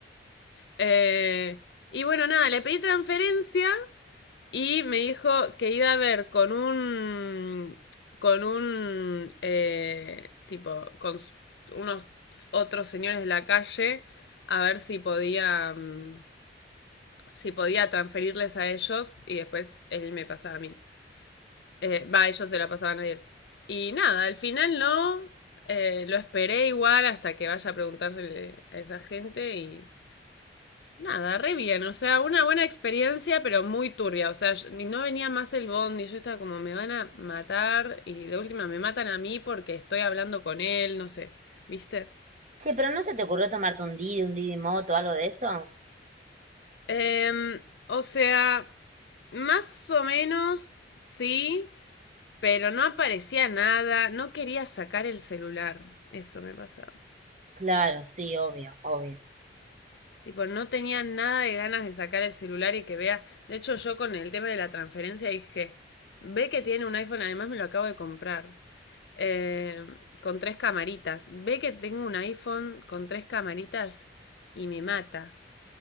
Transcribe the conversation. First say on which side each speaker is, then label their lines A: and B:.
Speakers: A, on the left; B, on the right.
A: Eh, y bueno, nada, le pedí transferencia y me dijo que iba a ver con un con un eh, tipo con s- unos otros señores de la calle a ver si podía mm, si podía transferirles a ellos y después él me pasaba a mí. Eh, Va, eh, ellos se la pasaban a él. Y nada, al final no. eh, lo esperé igual hasta que vaya a preguntársele a esa gente y nada, re bien. O sea, una buena experiencia, pero muy turbia. O sea, yo- ni no venía más el bondi. Yo estaba como, me van a matar y de última me matan a mí porque estoy hablando con él, no sé. ¿Viste?
B: Che, pero ¿no se te ocurrió tomarte un Didi, un Didi Moto, algo de eso?
A: Em, o sea, más o menos sí. Pero no aparecía nada, no quería sacar el celular. Eso me pasaba.
B: Claro, sí, obvio, obvio.
A: Tipo, no tenía nada de ganas de sacar el celular y que vea. De hecho, yo con el tema de la transferencia dije, ve que tiene un iPhone, además me lo acabo de comprar. eh, con tres camaritas. Ve que tengo un iPhone con tres camaritas y me mata.